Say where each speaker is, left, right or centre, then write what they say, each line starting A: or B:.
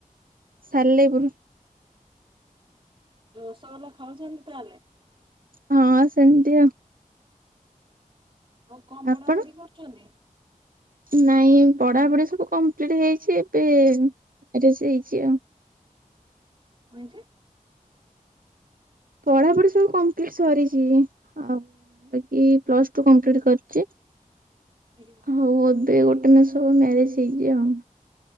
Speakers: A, on the right; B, on the right.
A: ସାଲେପୁର।
B: ରସଗୋଲା ଖାଉଛନ୍ତି? ତାହେଲେ
A: ହଁ ସେମିତି ଆଉ ।
B: ଆଉ କଣ ପଢାପଢି
A: ଆପଣ
B: କରୁଛନ୍ତି?
A: ନାଇଁ ପଢାପଢି ସବୁ କମ୍ପ୍ଲିଟ ହେଇଚି ଏବେ ମ୍ୟାରେଜ୍ ହେଇଚି ଆଉ ।
B: କଣ ହେଇଚି?
A: ପଢାପଢି ସବୁ କମ୍ପ୍ଲିଟ ସରିଚି ଆଉ ବାକି ପ୍ଲସ ଟୁ କମ୍ପ୍ଲିଟ କରିଚି
B: ଆଜ୍ଞା
A: ହଉ ଏବେ ଗୋଟେ ମାସ ହବ ମ୍ୟାରେଜ ହେଇଚି ଆଉ।